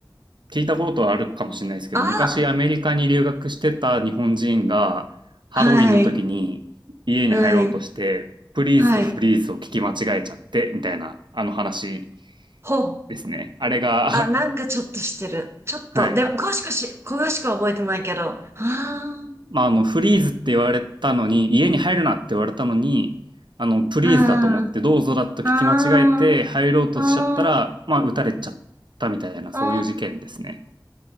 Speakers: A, on the right; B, on the right.
A: 聞いたことはあるかもしれないですけど、
B: あ
A: 昔アメリカに留学してた日本人が、ハロウィンの時に家に入ろうとして、
B: はい。はい。
A: プリーズとフリーズを聞き間違えちゃって、
B: はい。
A: みたいな、あの話
B: ほう。
A: ですね。あれが、
B: あ、なんかちょっとしてる。ちょっと、
A: <laughs> はい。
B: でも、詳しくし、詳しくは覚えてないけど。ああ、
A: まあ、あの、フリーズって言われたのに、家に入るなって言われたのに、あの、プリーズだと思って、
B: あ
A: どうぞだと聞き間違えて入ろうとしちゃったら、
B: あ、ああ、あ
A: まあ、撃たれちゃったみたいな、
B: あ、
A: そういう事件ですね。
B: あ